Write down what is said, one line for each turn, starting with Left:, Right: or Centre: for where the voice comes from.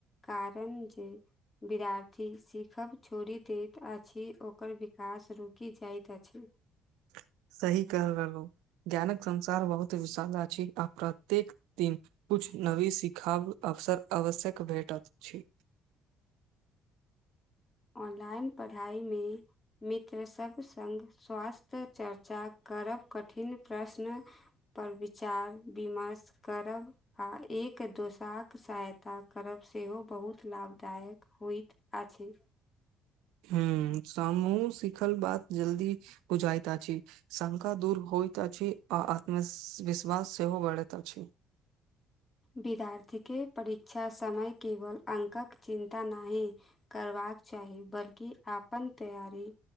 Left: कारन जे विद्यार्थी सीखब छोड़ि देत अछि ओकर विकास रुकि जाइत त अछि
Right: <inaudible> सही कह रहलु ज्ञानक संसार बहुत विशाल अछि आ प्रत्येक दिन कुछ नवी सिखाब अवसर आवश्यक भेटत अछि
Left: ऑनलाइन पढ़ाइ मे मित्र सभ संग स्वास्थ्य चर्चा करब कठिन प्रश्न पर विचार विमर्श करब आ एक एक दोसाक सहायता करब सेहो बहुत लाभदायक होइत अछि
Right: हूँ समूह सिखल बात जल्दी बुझायत अछि शंका दूर होइत अछि आ आत्मविश्वास सेहो बढ़ैत अछि
Left: विद्यार्थी के परीक्षा समय केवल अंकक चिन्ता नाहि करबाक चा चाही बल्कि आपन तैयारी